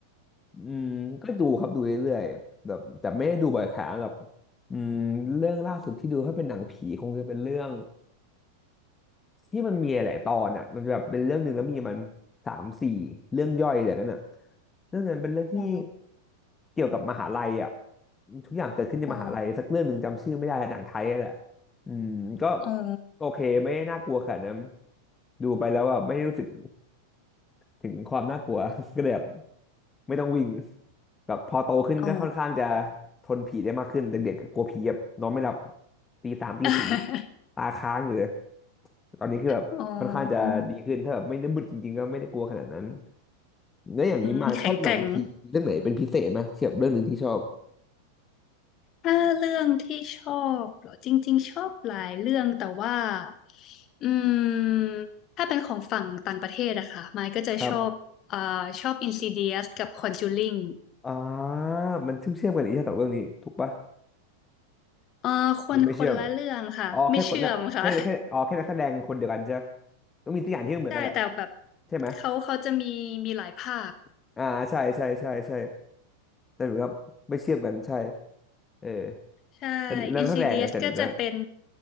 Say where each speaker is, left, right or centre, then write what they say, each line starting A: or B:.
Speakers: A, on the left; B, on the left.
A: อืมก็ดูครับดูเรื่อยๆแบบแต่ไม่ได้ดูบ่อยครั้งหรอกอืมเรื่องล่าสุดที่ดูถ้าเป็นหนังผีคงจะเป็นเรื่องที่มันมีหลายๆตอนอ่ะมันจะแบบเป็นเรื่องหนึ่งแล้วมีมันสามสี่เรื่องย่อยแต่นั้นอ่ะเรื่องนั้นเป็นเรื่องที่
B: อ๋อ
A: เกี่ยวกับมหาลัยอ่ะทุกอย่างเกิดขึ้นในมหาลัยสักเรื่องหนึ่งจำชื่อไม่ได้อะหนังไทยอะแหละ
B: อ๋อ
A: อืมก็
B: อ๋อ
A: โอเคไม่ได้น่ากลัวขนาดนั้นดูไปแล้วแบบไม่ได้รู้สึกถึงความน่ากลัว <laughs> ก็เลยแบบไม่ต้องวิ่งแบบพอโตขึ้นก็ค่อนข้างจะ
B: อ๋อ
A: ทนผีได้มากขึ้นเด็กๆก็กลัวผีแบบนอนไม่หลับตีสามตีสี่
B: <laughs>
A: ตาค้างอยู่เลยตอนนี้คือแบบค่อนข้างจะดีขึ้นถ้าแบบไม่ได้มืดจริงๆก็ไม่ได้กลัวขนาดนั้น
B: อ๋อ
A: แล้วอย่างนี้มาชอบหนังผีเรื่องไหนเป็นพิเศษไหมเทียบเรื่องหนึ่งที่ชอบ
B: อืมแข็งแกร่ง ถ้าเรื่องที่ชอบเหรอจริงๆชอบหลายเรื่องแต่ว่าอืมถ้าเป็นของฝั่งต่างประเทศอะค่ะไมค์ก็จะชอบอ่าชอบ
A: ครับ
B: Insidious กับ Conjuring
A: อ่ามันเชื่อมเชื่อมกันอีกใช่ไหมสองเรื่องนี้ถูกปะ
B: เอ่อคนคนละเรื่องค่ะไม่เชื่อมค่ะ
A: หรือไม่เชื่อมอ๋อแค่คนนะแค่แค่อ๋อแค่นักแสดงคนเดียวกันใช่ปะต้องมีตัวอย่างที่เหมือนกันแหละ
B: <laughs> ใช่แต่แบบ
A: ใช่ไหม
B: เขาเขาจะมีมีหลายภาค
A: อ่าใช่ใช่ใช่ใช่แต่เหมือนกับไม่เชื่อมกันใช่เออ
B: ใช่
A: แต่แล้วนักแสดงไงแต่แต่แต่
B: Insidious ก็จะเป็น